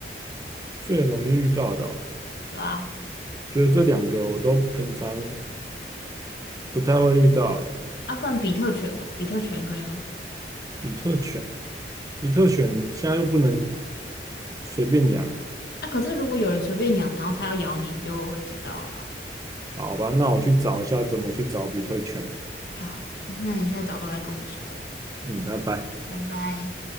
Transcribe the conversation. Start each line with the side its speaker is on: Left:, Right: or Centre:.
Right: 最容易遇到的哦
Left: 对啊，
Right: 就是这两个我都平常不太会遇到。哎，
Left: 啊，不然比特犬嘛，比特犬可以吗？
Right: 比特犬，比特犬现在又不能随便养，
Left: 啊，可是如果有人随便养，然后它要咬你，你就会知道了啊。
Right: 好吧？那我去找一下怎么去找比特犬。
Left: 好，那你现在早都来跟我说，
Right: 嗯，拜拜。
Left: 拜拜。